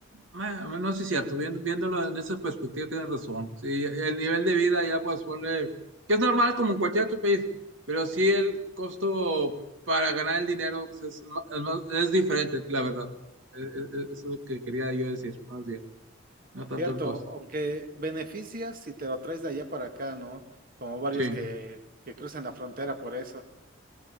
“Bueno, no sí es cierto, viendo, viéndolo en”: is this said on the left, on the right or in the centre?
Right